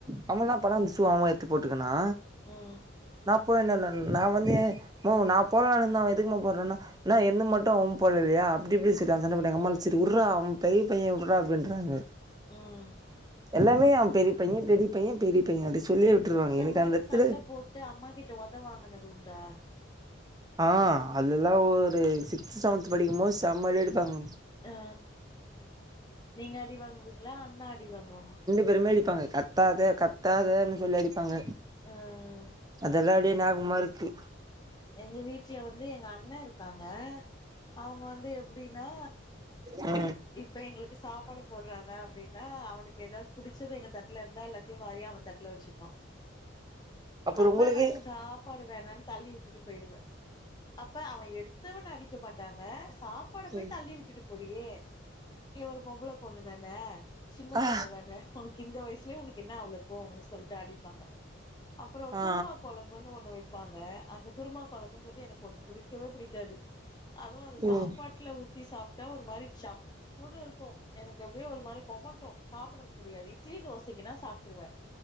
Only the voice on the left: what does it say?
ம்
ம்
மாரி
சண்ட போட்டு அம்மா கிட்ட ஒத வாங்கினது உண்டா
ஆ நீங்க அடி வாங்குவீங்களா அண்ண அடி வாங்குவாங்க
அ
எங்க வீட்ல வந்து எங்க அண்ண இருக்காங்க அவங்க வந்து எப்டின்னா
இப்ப எங்களுக்கு சாப்பாடு போடுறாங்க அப்டின்னா அவனுக்கு எதாது புடிச் சது எங்க தட்ல இருந்தா எல்லாத்தையு வாரி அவன் தட்டுல வெச்சுப்பா
அப்ப
நா சாப் ப்பாடு வேணானு தள்ளி விட்டுட்டு போயிடுவ அப்ப அவ எடுத்தவன்ன அடிக்க மாட்டாங்க சாப் பாட போய்
தள்ளி விட்டுட்டு போறியே நீ ஒரு பொம்பள பொண்ணுதான சின்ன
பொண்ணுதான உனக் கிந்த வயசுலே உனக்கு என்ன அவ்ளோ கோவோன் சொல்ட்டு அடிப்பாங்க அப்பறோ
குருமா கொழம் புன்னு ஒன்னு வெப்பாங்க அந்த குருமா கொழம்புன்றது எனக்கு ஒன்னும் புடிக்கவே புடிக்காது அதுவு அத
சாப்பாட்டுல ஊத்தி சாப் டா ஒரு மாரி சப் புன்னு இருக்கு எனக்கு அப்டியே ஒரு மாரி கொமட்டு சாப்ட முடியாது இட்லி தோசைக்குனா சாப் ட்ருவ